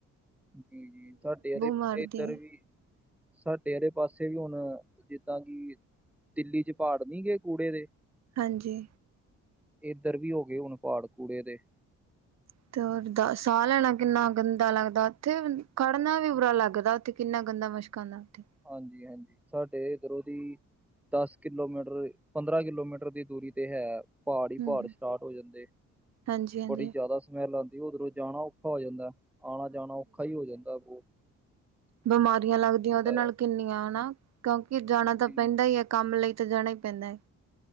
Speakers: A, in the centre; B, on the right (about 60°).
A: ਜੀ-ਜੀ, ਸਾਡੇ ਤੇ,
B: ਮਾਰਦੀ
A: ਏਧਰ
B: ਹੈ
A: ਵੀ। ਸਾਡੇ ਆਲੇ ਪਾਸੇ ਵੀ ਹੁਣ, ਜਿੱਦਾਂ ਕੀ। ਦਿੱਲੀ 'ਚ ਪਾੜ ਨੀ ਗੇ, ਕੂੜੇ ਦੇ!
B: ਹਾਂਜੀ।
A: ਏਧਰ ਵੀ ਹੋ ਗਏ ਹੁਨ ਪਾੜ ਕੂੜੇ ਦੇ।
B: <unintelligible> ਦਾ ਸਾਹ ਲੈਣਾ ਕਿੰਨਾ ਗੰਦਾ ਲੱਗਦੈ, ਉੱਥੇ ਵ, ਖੜ੍ਹਨਾ ਵੀ ਬੁਰਾ ਲੱਗਦੈ, ਉੱਥੇ ਕਿੰਨਾ ਗੰਦਾ ਮੁਸ਼ਕ। ਕਲ <unintelligible>
A: ਹਾਂਜੀ, ਹਾਂਜੀ, ਸਾਡੇ ਏਧਰੋ ਦੀ। ਦਸ ਕਿਲੋਮੀਟਰ, ਪੰਦਰਾਂ ਕਿਲੋਮੀਟਰ ਦੀ ਦੂਰੀ ਤੇ ਹੈ। ਪਾੜ ਈ
B: ਹਮ
A: ਪਾੜ ਸਟਾਟ ਹੋ ਜਾਂਦੇ
B: ਹਾਂਜੀ ਹਾਂਜੀ
A: ਬੜੀ ਜਾਦਾ ਸਮੈਲ ਆਂ ਦੀ ਕਿ ਉਧਰੋਂ ਜਾਣਾ ਆ ਔਖਾ ਹੋ ਜਾਂਦਾ ਆਣਾ ਜਾਣਾ ਔਖਾ ਈ ਹੋ ਜਾਂਦਾ ਅੱਗੋ ਓ
B: ਬਮਾਰੀਆਂ ਲੱਗਦੀਆਂ ਉਦੇ ਨਾਲ
A: ਆ
B: ਕਿੰਨੀਆਂ ਹਨਾ ਕਉਂਕਿ ਜਾਣਾ ਤਾਂ
A: ਜੀ
B: ਪੈਂਦਾ ਈ ਐ ਕੰਮ ਲਈ ਤਾਂ ਜਾਣਾ ਈ ਪੈਂਦਾ ਐ